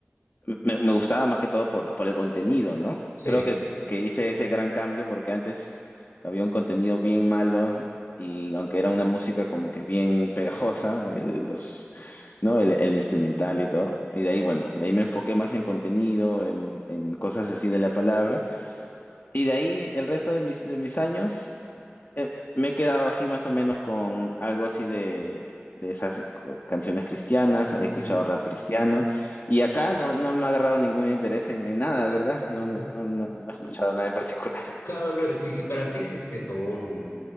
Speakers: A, on the left; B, on the left.
A: me, me gustaba más que todo por, por el contenido, ¿no?
B: Sí.
A: Creo que, que hice ese gran cambio porque antes había un contenido bien malo y aunque era una música como que bien pegajosa, el- los ¿no? El, el instrumental y todo. Y de ahí, bueno, de ahí me enfoqué más en contenido, en, en cosas así de la palabra. Y de ahí el resto de mis, de mis años eh, me he quedado así más o menos con algo así de, de esas canciones cristianas, he
B: Mm,
A: escuchado rap cristiano. Y acá no, no me ha agarrado ningún interés en, en nada, ¿verdad? No, no,
B: eh,
A: no, no, no he escuchado nada en particular.
B: Claro, pero si, si para ti existe como un,